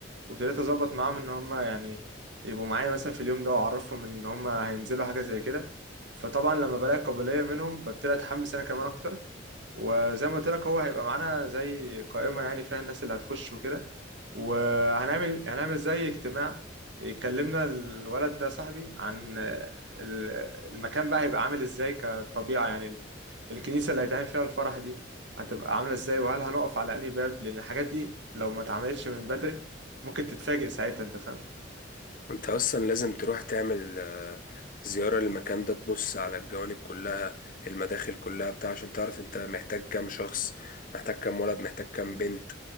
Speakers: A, on the right; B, on the left.
A: وابتديت اظبط معاهم ان هم يعني يبقوا معايا مثلا في اليوم ده واعرفهم ان هم هينزلوا حاجه زي كده فطبعا لما بلاقي قابليه منهم ببتدي اتحمس انا كمان اكتر وزي ما قلت لك هو هيبقى معانا زي قائمه يعني فيها الناس اللي هتخش وكده وهنعمل هنعمل زي اجتماع اتكلمنا الولد ده صاحبي عن آه، ال- المكان بقى هيبقى عامل ازاي كطبيعة يعني ال- الكنيسة اللي هيتعمل فيها الفرح دي هتبقى عاملة ازاي وهل هنقف على انهي باب لان الحاجات دي لو ما اتعملتش من بدري ممكن تتفاجئ ساعتها انت فاهم
B: انت اصلا لازم تروح تعمل آه، زيارة للمكان ده تبص على الجوانب كلها المداخل كلها بتاع عشان تعرف انت محتاج كام شخص محتاج كام ولد محتاج كام بنت